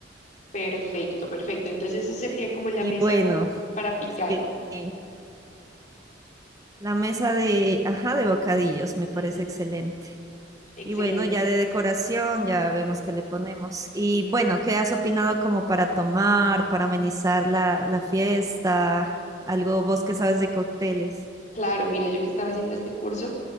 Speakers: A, on the left (about 40°); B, on the right (about 20°).
A: Perfecto, perfecto. Entonces esa sería como la
B: Y
A: mesa
B: bueno,
A: para picar.
B: sí, sí, la mesa de, ajá, de bocadillos me parece
A: Ujú,
B: excelente.
A: excelente.
B: Y bueno, ya de decoración, ya vemos qué le ponemos. Y bueno, ¿qué has opinado como para tomar, para amenizar la, la fiesta? Algo vos que sabes de cócteles.
A: Claro, mira, yo que estaba haciendo este curso